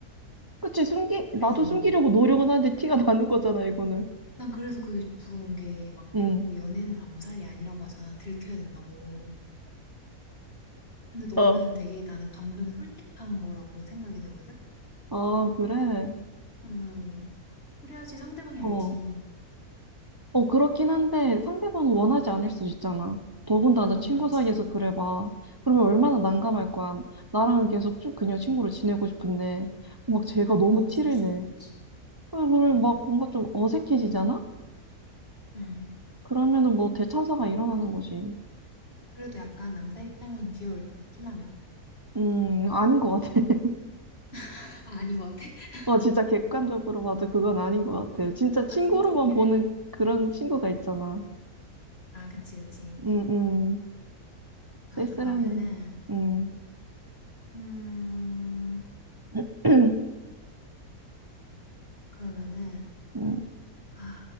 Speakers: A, on the right; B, on the left.
A: 그치, 숨기, 나도
B: 그래서,
A: 숨기려고 노력은 하는데 티가 나는 거잖아, 이거는.
B: 난 그래서 그게 부러운 게 막,
A: 응,
B: 뭐 연애는 암살이 아니라고 하잖아. 들켜야 된다고. 근데 너는
A: 어.
B: 되게 나는 감정이 솔직한 거라고 생각이 되거든?
A: 아, 그래?
B: 음. 그래야지 상대방이
A: 어,
B: 알지.
A: 어, 그렇긴 한데 상대방은 원하지 않을 수 있잖아. 더군다나
B: 그건
A: 친구
B: 그렇지.
A: 사이에서
B: 그-
A: 그래 봐. 그러면 얼마나 난감할 거야. 나랑은 계속 쭉 그냥 친구로 지내고 싶은데 막 쟤가
B: 그건
A: 너무
B: 어쩔
A: 티를
B: 수
A: 내.
B: 없지.
A: 그걸
B: 음.
A: 막 뭔가 좀 어색해지잖아?
B: 음.
A: 그러면은 뭐 대참사가 일어나는 거지.
B: 그래도 약간 남자 입장에선 귀여울 듯, 티나면.
A: 음, 아닌 것 같아. <laughs>
B: <laughs> 아, 아닌 것 같아? <laughs>
A: 어, 진짜 객관적으로 봐도 그건 아닌 것 같아. 진짜 친구로만
B: 아, 진짜 웃기네.
A: 보는 그런 친구가 있잖아.
B: 아, 그치, 그치.
A: 음, 음. 쓸쓸하네.
B: 아, 그러면은,
A: 음,
B: 음,
A: <clears throat>
B: 그러면은,
A: 음,
B: 아,